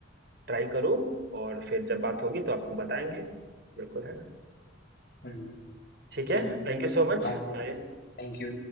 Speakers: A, on the right (about 55°); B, on the left (about 50°).
A: ट्राई करूं और फिर जब बात होगी तो आपको बताएंगे बिल्कुल है ना
B: हम्म,
A: ठीक
B: चलो
A: है Thank you so much
B: Bye bye
A: Bye
B: Thank you